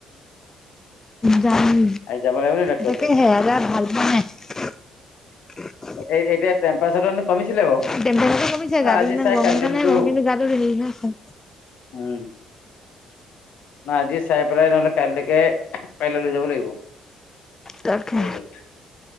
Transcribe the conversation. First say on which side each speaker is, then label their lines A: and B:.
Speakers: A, on the left; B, on the left.
A: যাম
B: আজি যাব লাগিব নি ডাক্তৰ
A: তাকে
B: ওচৰলৈ
A: সেয়াজাৰ ভাল মোৱা নাই।
B: এ এতিয়া টেম্পাৰেচাৰ কমিছিলে বাৰু।
A: টেম্পেচাৰটো কমিছে গা
B: আজি
A: কিদিনা
B: চাই
A: গম
B: কাইলৈ নিলেও
A: নাই গওঁ
B: হ'ব
A: কিন্তু গাটো হে আছে।
B: উম। নহ আজি চাই পেলাই নহ'লে কাইলৈকে পাৰিলে লৈ যাব লাগিব। <unintelligible>
A: তাকে